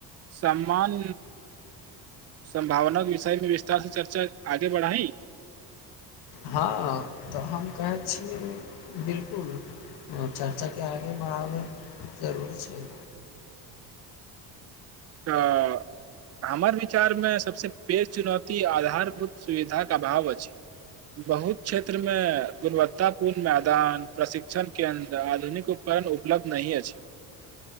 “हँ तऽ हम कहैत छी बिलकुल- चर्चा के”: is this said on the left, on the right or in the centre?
Left